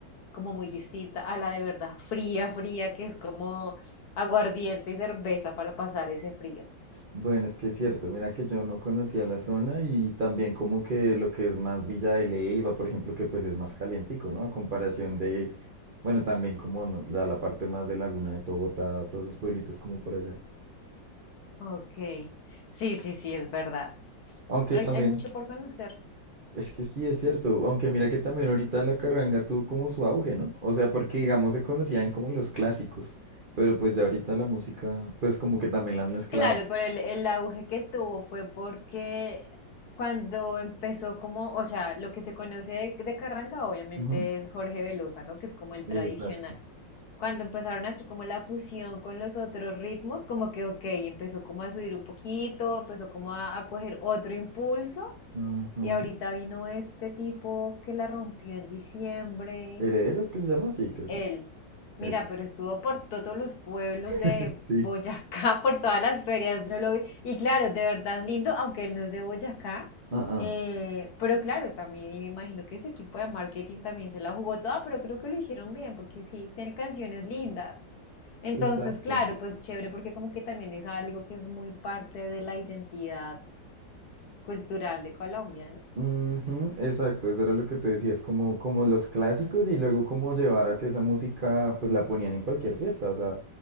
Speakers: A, on the left; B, on the right.
A: como muy distinta a la de verdad fría, fría, que es como aguardiente y cerveza para pasar ese frío.
B: Bueno, es que es cierto, mira que yo no conocía la zona y también como que lo que es más Villa de Leyva, por ejemplo, que pues es más calientico, ¿no? A comparación de, bueno, también como no- la, la parte más de Laguna de Togota, todos esos pueblitos como por allá.
A: Ok, sí, sí, sí, es verdad.
B: Aunque
A: Hay,
B: también,
A: hay mucho por conocer.
B: es que sí es cierto, aunque mira que también ahorita la carranga tuvo como su auge, ¿no? O sea, porque digamos se conocían como los clásicos, pero pues ya ahorita la música, pues como que también la han mezclado.
A: Claro, pero el, el auge que tuvo fue porque cuando empezó como, o sea, lo que se conoce de, de Carranga obviamente
B: Ujú.
A: es Jorge Velosa, ¿no? Que es como el
B: Exacto.
A: tradicional. cuando empezaron a hacer como la fusión con los otros ritmos, como que, ok, empezó como a subir un poquito, empezó como a, a coger otro impulso
B: Ujú.
A: y ahorita vino este tipo que la rompió en diciembre.
B: Herederos que se llama, sí, creo
A: Él,
B: que sí.
A: mira,
B: Epa.
A: pero estuvo por todos los pueblos
B: <laughs>
A: de
B: Sí.
A: Boyacá, <laughs> por todas las ferias, yo lo vi. Y claro, de verdad es lindo, aunque él no es de Boyacá.
B: Ah, ah.
A: eh, pero claro, también, y me imagino que su equipo de marketing también se la jugó toda, pero creo que lo hicieron bien, porque sí, tiene canciones lindas. Entonces,
B: Exacto.
A: claro, pues chévere, porque como que también es algo que es muy parte de la identidad cultural de Colombia, ¿no?
B: Ujú, exacto, eso era lo que te decía, es como, como los clásicos y luego como llevar a que esa música pues la ponían en cualquier fiesta, o sea,